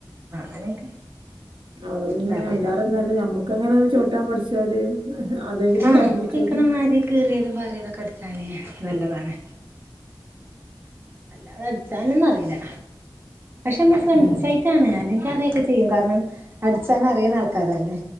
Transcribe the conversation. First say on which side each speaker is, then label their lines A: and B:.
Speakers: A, on the right (about 30°); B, on the right (about 80°).
A: ആ അങ്ങനെയൊക്കെ
B: അത പിന്നെ
A: ഇതാക്കുംപ്പ
B: ഇതാറെല്ല ഞമ്മക്ക്ങ്ങനെ ചോട്ടാൻ പഠിച്ചു വച്ചല് അതെങ്ങനെ
A: ആഹ്
B: ലാഭിച്ചടെ
A: നമ്മക്ക് കഴിക്കണമാതിരി
B: <inaudible>
A: കീറിയതും പാറിയതൊക്കെ അടിച്ചാന് നല്ലതാണ് അല്ലാതെ അടിച്ചാനൊന്നും അറിയില്ല പക്ഷെ നമ്മള് ശ്രമിച്ച
B: ഉം
A: ണ് അല്ലെങ്കിൽ അറിയൊക്കെ ചെയ്യും കാരണം അടിച്ചാന അറിയുന്ന ആൾക്കാരല്ലേ